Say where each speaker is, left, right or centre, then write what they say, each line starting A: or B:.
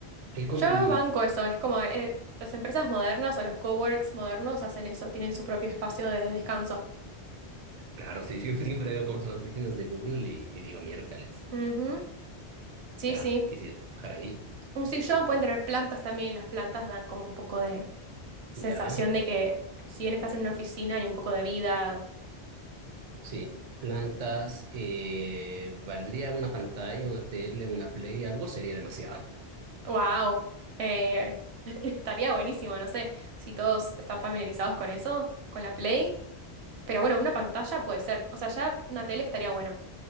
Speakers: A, on the right; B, on the right.
A: Y como,
B: Yo
A: mm,
B: banco eso, es como eh, las empresas modernas o los coworks modernos hacen eso, tienen su propio espacio de descanso.
A: claro, sí, <laughs> sí, siempre veo cómo son las oficinas de Google y, y digo miércoles.
B: Ujú. Sí,
A: Claro,
B: sí.
A: quisiera trabajar ahí.
B: Un sillón, pueden tener plantas también, las plantas dan como un poco de, sensación
A: Ya,
B: de que si bien estás en una oficina hay un poco de vida,
A: sí. Plantas, eh, valdría una pantalla, una tele, una play, algo sería demasiado.
B: wow, eh, <laughs> estaría buenísimo, no sé si todos están familiarizados con eso, con la Play, pero bueno, una pantalla puede ser, o sea, ya una tele estaría bueno